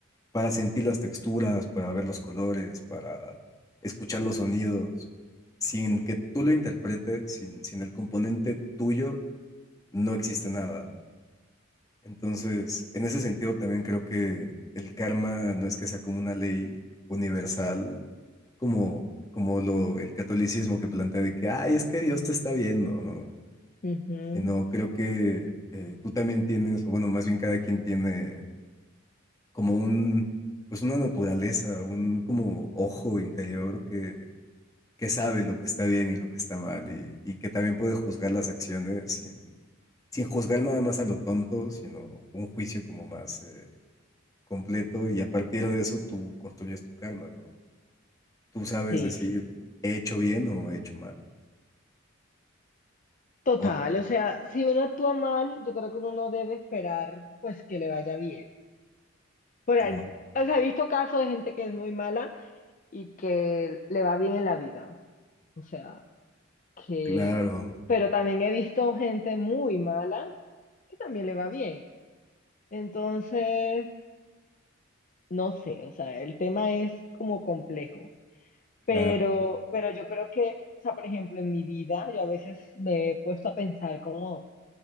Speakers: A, on the left (about 20°); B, on the left (about 40°).
A: para sentir las texturas, para ver los colores, para escuchar los sonidos. Sin que tú lo interpretes, sin, sin el componente tuyo, no existe nada. Entonces, en ese sentido también creo que el karma no es que sea como una ley universal, como, como lo, el catolicismo que plantea de que, ay, es que Dios te está viendo, ¿no?
B: ujú.
A: Sino creo que eh, tú también tienes, o bueno, más bien cada quien tiene como un, pues una naturaleza, un como ojo interior que, que sabe lo que está bien y lo que está mal y, y que también puede juzgar las acciones sin, sin juzgar nada más a lo tonto, sino un juicio como más... eh, completo y a partir de eso tú construyes tu karma, ¿no? Tú sabes
B: Sí,
A: decir,
B: sí.
A: he hecho bien o he hecho mal.
B: Total,
A: O tú-
B: o sea, si uno actúa mal, yo creo que uno no debe esperar, pues, que le vaya bien. Por
A: claro,
B: ahí, o sea, he visto casos de gente que es muy mala y que le va bien en la vida. O sea, que...
A: claro,
B: Pero también he visto gente muy mala que también le va bien. Entonces, no sé, o sea, el tema es como complejo. Pero,
A: claro,
B: pero yo creo que, o sea, por ejemplo, en mi vida, yo a veces me he puesto a pensar como,